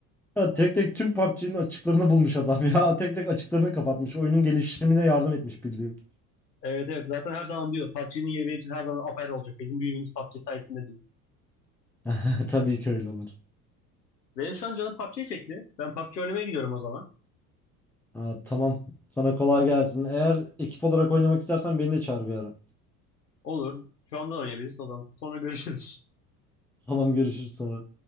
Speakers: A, in the centre; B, on the left (about 85°).
A: Ya tek tek tüm PUBG'nin açıklarını bulmuş adam ya. <laughs> Tek tek açıklarını kapatmış. Oyunun gelişimine yardım etmiş bildiğin.
B: Evet evet zaten her zaman diyor PUBG'nin yeri benim için her zaman apayrı olacak. Bizim büyüğümüz PUBG sayesinde diyor.
A: <laughs> Tabii ki öyle olur.
B: Benim şu an canım PUBG çekti. Ben PUBG oynamaya gidiyorum o zaman.
A: Ha, tamam. Sana kolay gelsin. Eğer ekip olarak oynamak istersen beni de çağır bir ara.
B: Olur. Şu anda oynayabiliriz o zaman. Sonra görüşürüz.
A: <laughs> Tamam görüşürüz sonra.